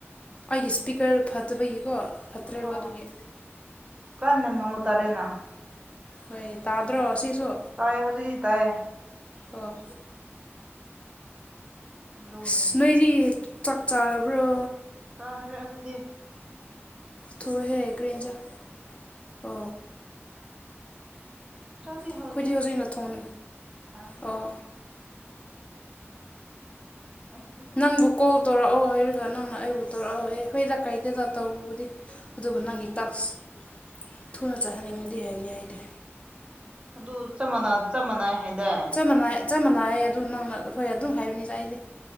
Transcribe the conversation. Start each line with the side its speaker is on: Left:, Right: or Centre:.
Left: ꯑꯩꯒꯤ ꯁ꯭ꯄꯤꯀꯔ ꯐꯠꯇꯕꯒꯤꯀꯣ ꯐꯠꯇ꯭ꯔꯦꯕ
Right: ꯑꯥ
Left: ꯑꯗꯨꯒꯤ
Right: ꯀꯟꯅ ꯉꯥꯡꯕ ꯇꯥꯔꯦꯅꯥ
Left: ꯍꯣꯏ ꯇꯥꯗ꯭ꯔꯣ ꯑꯁꯤꯁꯨ
Right: ꯇꯥꯏ ꯍꯧꯖꯤꯛꯗꯤ ꯇꯥꯌꯦ
Left: ꯑꯣ
Right: ꯑꯗꯨꯝꯅꯤ
Left: ꯑꯁ ꯅꯣꯏꯗꯤ ꯆꯥꯛ ꯆꯥꯔꯕ꯭ꯔꯣ
Right: ꯆꯥꯈꯔ‌ꯦ ꯑꯈꯣꯏꯗꯤ
Left: ꯊꯨꯍ‌ꯦ ꯀꯔꯤ ꯏꯟꯖꯥꯡ ꯑ
Right: ꯆꯂꯤ ꯍꯧꯗꯦ
Left: ꯑꯩꯈꯣꯏꯗꯤ ꯍꯧꯖꯤꯛꯅ ꯊꯣꯡ
Right: ꯍꯥ
Left: ꯑꯣ
Right: <unintelligible>
Left: ꯅꯪꯕꯨ ꯀꯣꯜ ꯇꯧꯔꯑꯣ ꯍꯥꯏꯔꯒ ꯅꯪꯅ ꯑꯩꯕꯨ ꯇꯧꯔꯑꯣ ꯍꯥꯢꯌꯦ ꯍꯣꯏꯗ ꯀꯥꯏꯗꯦꯗ ꯇꯧꯕꯕꯨꯗꯤ ꯑꯗꯨꯕꯨ ꯅꯪꯒꯤ ꯇꯥꯛꯁ ꯊꯨꯅ ꯆꯥꯍꯟꯅꯤꯡꯉꯗꯤ ꯍꯥꯏꯕꯅ‌ꯦ ꯑꯩꯗꯤ
Right: ꯑꯗꯨ ꯆꯞ ꯃꯥꯟꯅꯥ ꯃꯥꯟꯅꯩ ꯍꯥꯏꯗꯥꯏ
Left: ꯆꯞ ꯃꯥꯟꯅꯥꯏ ꯆꯞ ꯃꯥꯟꯅꯩꯌꯦ ꯑꯗꯨ ꯅꯪꯅ ꯍꯣꯏ ꯑꯗꯨꯝ ꯍꯥꯏꯕꯅꯤꯗ ꯑꯩꯗꯤ